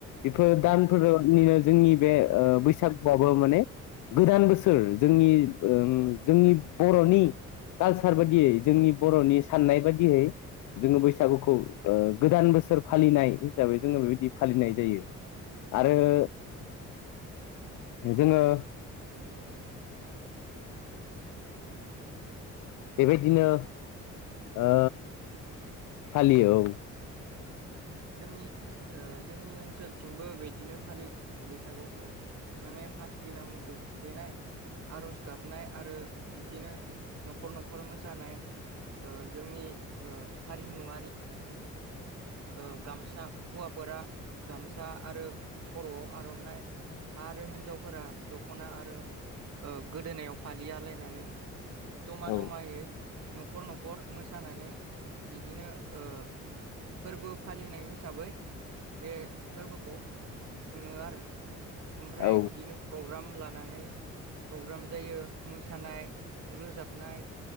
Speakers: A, on the left; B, on the right.
A: बेफोर दानफोरनिनो
B: औ
A: जोंनि बे ओ बैसागुआबो माने गोदान बोसोर जोंनि ओम जोंनि बर'नि
B: नंगौ
A: कालसार बादियै जोंनि बर'नि साननाय बादियै जोङो बैसागुखौ ओ गोदान बोसोर फालिनाय हिसाबै जोङो बेबायदि फालिनाय जायो। आरो
B: औ
A: जोङो बेबायदिनो ओ फालियो औ
B: ओम जोंनि था ओ जोंनि ओनसोलथिंबो बिदिनो फालियो बैसागुखौ। माने फास दिना मोसौ थुखैनाय आर'ज गाबनाय आरो बिदिनो न'खर न'खर मोसानाय ओ जोंनि ओ हारिमुआरि ओ गामसा हौवाफोरा गामसा आरो खर'आव आर'नाइ आरो हिन्जावफोरा दख'ना आरो ओ गोदोनायाव फालि आलायनानै जमा
A: औ
B: जमायै न'खर न'खर मोसा नानै बिदिनो ओ फोरबो फालिनाय हिसाबै बे फोरबोखौ खुङो आरो। ओमफ्राय
A: औ
B: बिदिनो प्रग्राम लानानै प्रग्राम जायो मोसानाय, रोजाबनाय